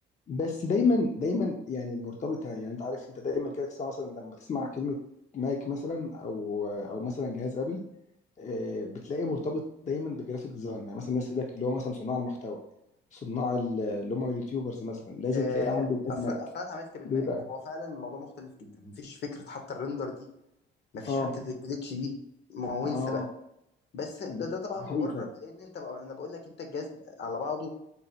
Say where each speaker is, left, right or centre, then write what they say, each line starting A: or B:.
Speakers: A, on the left; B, on the left.
A: بس دايما دايما يعني مرتبطه يعني انت عارف انت دايما كده تسمع مثلا لما تسمع كلمه ماك مثلا او او مثلا جهاز ابل آه، بتلاقيه مرتبط دايما بجرافيك ديزاين يعني مثلا الناس يقول لك اللي هو مثلا صناع المحتوى صناع ال- اللي هم اليوتيوبرز مثلا لازم
B: آه،
A: تلاقي عنده جهاز
B: اصل
A: ماك
B: اصل انا عملت بالماك
A: ليه بقى؟
B: هو فعلا الموضوع مختلف جدا مفيش فكره حتى الريندر دي مفيش
A: اه
B: حته الجليتش دي ما هو
A: اه
B: انسى بقى بس ده
A: ده
B: ده طبعا
A: ده
B: مبرر
A: حقيقي فعلا
B: لان انت بقى انا بقول لك انت الجهاز على بعضه